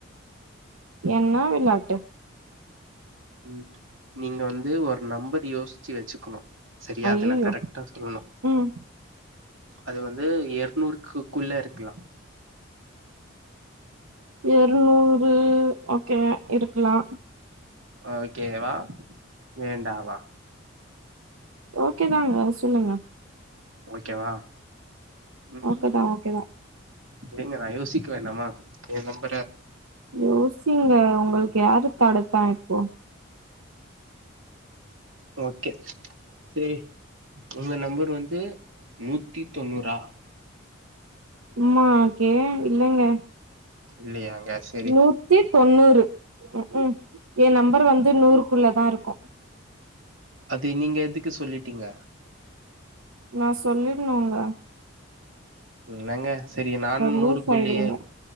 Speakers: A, on the right; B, on the right.
A: என்னா விளாட்டு
B: ம் நீங்க வந்து ஒரு நம்பர் யோசிச்சு வச்சுக்கணு சரியா
A: ஐயயோ
B: அது நா கரெக்ட்டா சொல்லணு
A: ம்
B: அது வந்து எர்நூறுக்குக்குள்ள இருக்கலா
A: எரநூறு ஓகே இருக்கலா
B: ஓக்கேவா வேண்டாவா
A: ஓகே தாங்க சொல்லுங்க
B: ஓகேவா ம்
A: ஓகேதா ஓகேதா
B: இல்லைங்க நா யோசிக்க வேண்டாமா எ நம்பற
A: யோசிங்க உங்களுக்கு யாரு தடுத்தா இப்போ
B: ஓக்கே சேரி உங்க நம்பர் வந்து நூத்தி தொண்ணூறா
A: சும்மா கே இல்லங்க
B: இல்லையாங். கேஸ்
A: நூத்தி தொண்ணூறு ம் ம் எ நம்பர் வந்து நூறுக்குள்ளதா இருக்கு
B: அது நீங்க எதுக்கு சொல்லிட்டீங்க
A: நா சொல்லிட்ணுங்க
B: என்னங்க சரி நானும்
A: லூஸ்
B: நூறுக்குள்ளயே
A: ஆயிடுவீங்க